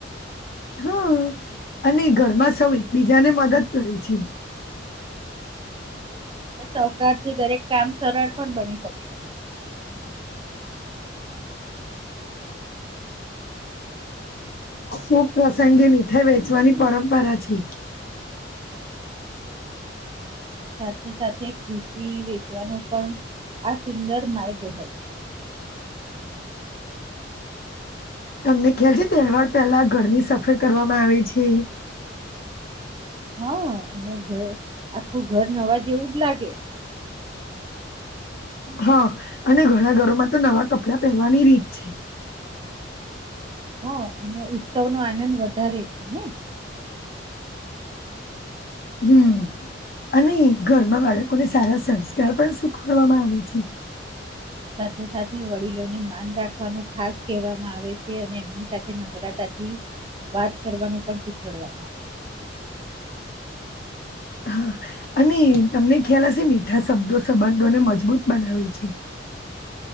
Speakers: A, on the left (about 55°); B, on the right (about 25°).
A: હા અને ઘરમાં સૌ એકબીજા ને મદદ કરે છે. <unintelligible>
B: સહકાર થી દરેક કામ સરળ પણ બની શકે છે.
A: શુભ પ્ર્સંગે મીઠાઈ વેચવાની પરંપરા છે.
B: સાથે સાથે ખુશી વેચવાનું પણ આ સુંદર માર્ગ હોય છે.
A: તમને ખ્યાલ છે તહેવાર પહેલા ઘરની સફાઈ કરવામાં આવે છે?
B: હા અને ઘર આખું ઘર નવા જેવું જ લાગે.
A: હા અને ઘણા ઘરોમાં તો નવા કપડા પહેરવાની રીત છે.
B: હ અને ઉત્સવ નો આનંદ વધારે છે ને
A: હમ્મ. અને ઘરમાં બાળકોને સારા સંસ્કાર પણ શીખવાડવામાં આવે છે.
B: સાથે સાથે વડીલોને માન રાખવાનું ખાસ કહેવામાં આવે છે અને એમની સાથે નમ્રતા થી વાત કરવાનું પણ શીખડવામાં આવે. <unintelligible>
A: હા અને તમને ખ્યાલ હશે મીઠા શબ્દો સંબંધોને મજબૂત બનાવે છે.